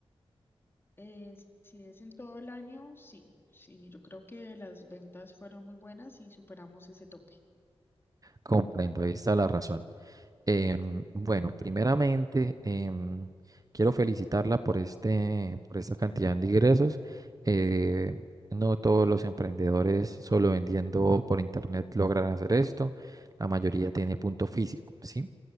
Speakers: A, on the left; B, on the right.
A: Eh, si es en todo el año, sí, sí, yo creo que las ventas fueron muy buenas y superamos ese tope.
B: Comprendo, ahí está la razón. Em, bueno, primeramente em, quiero felicitarla por este, por esta cantidad de ingresos. Eh, no todos los emprendedores solo vendiendo por internet logran hacer esto. La mayoría tiene punto físico, ¿sí?